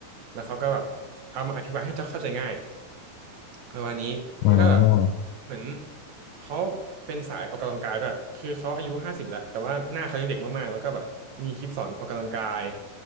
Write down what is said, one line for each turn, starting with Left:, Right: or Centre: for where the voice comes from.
Right: แล้วเขาก็แบบเอามาอธิบายให้เข้าใจง่าย ประมาณนี้แล้วก็แบบ
Left: อืม
Right: เหมือนเขาเป็นสายออกกำลังกายด้วยคือเขาอายุห้าสิบแล้วแต่ว่าหน้าเขายังเด็กมากๆแล้วก็แบบมีคลิปสอนออกกำลังกาย